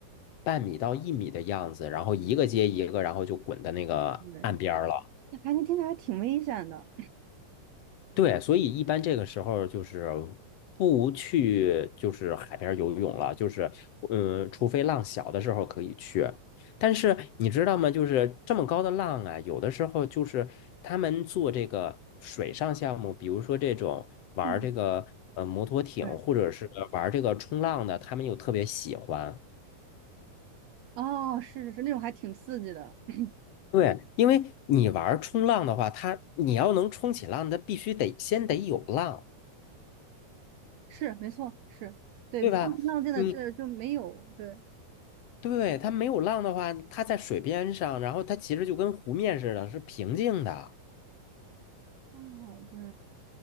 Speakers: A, on the left; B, on the right.
A: 半米到一米的样子，然后一个接一个，然后就滚到那个岸边儿了。
B: 对，哎，能听起来还挺危险的。
A: 对，所以一般这个时候就是不去，就是海边游泳了，就是嗯，除非浪小的时候可以去。但是你知道吗？就是这么高的浪啊，有的时候就是他们做这个水上项目，比如说这种玩儿这个呃摩托艇，
B: 嗯，对，
A: 或者是玩儿这个冲浪的，他们又特别喜欢。
B: 哦，是是是，那种还挺刺激的。<clears throat>
A: 对，因为你玩儿冲浪的话，它你要能冲起浪，它必须得先得有浪。
B: 是，没错，是对，
A: 对吧？
B: 风平浪静的这就没有。
A: 你
B: 对，
A: 对，它没有浪的话，它在水边上，然后它其实就跟湖面似的，是平静的。
B: 哦，对。